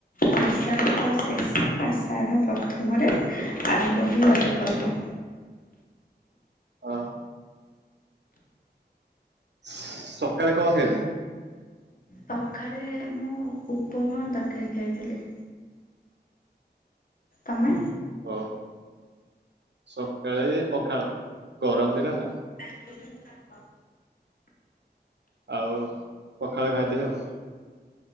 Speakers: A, on the left; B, on the right.
A: ବୈଶାଖ ଶେଷ ଆଷାଢ଼ ପ୍ରଥମରେ ଆରମ୍ଭ ହୁଏ ରଜପର୍ବ।
B: ହଁ। ସକାଳେ କଣ ଖାଇଲୁ?
A: ସକାଳେ ମୁଁ ଉପମା ତରକାରୀ ଖାଇଥିଲି। ତମେ?
B: ଓହୋ। ସକାଳେ ପଖାଳ ଗରମ ଦିନ ନା।
A: <inaudible>
B: ଆଉ ପଖାଳ ଖାଇଦିଏ ଆଉ।